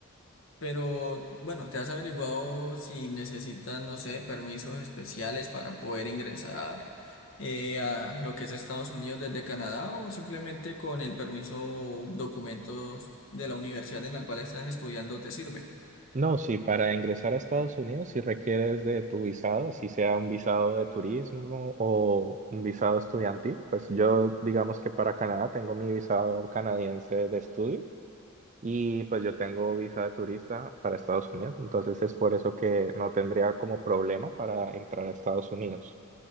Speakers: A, on the left; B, on the right.
A: Pero bueno, ¿te has averiguado si necesitas, no sé, permisos especiales para poder ingresar eh, a lo que es Estados Unidos desde Canadá o simplemente con el permiso documentos de la universidad en la cual estás estudiando te sirve?
B: No, sí, para ingresar a Estados Unidos, si requieres de tu visado, si sea un visado de turismo o un visado estudiantil, pues yo digamos que para Canadá tengo mi visado canadiense de estudio y pues yo tengo visa de turista para Estados Unidos, entonces es por eso que no tendría como problema para entrar a Estados Unidos.